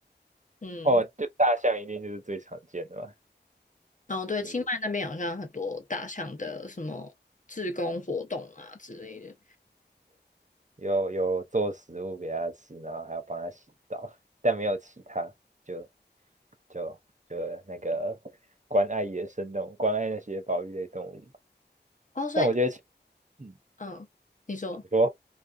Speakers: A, on the left; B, on the right.
A: 嗯，
B: 哦。就大象一定就是最常见的嘛，
A: 哦对，
B: 就是。
A: 清迈那边好像很多大象的什么自工活动啊之类的，
B: 有有做食物给它吃，然后还要帮它洗澡，但没有其他，就就就那个关爱野生动物，关爱那些保育类动物
A: 哦，所以
B: 但我觉得青，嗯，
A: 嗯，你说。
B: 你说，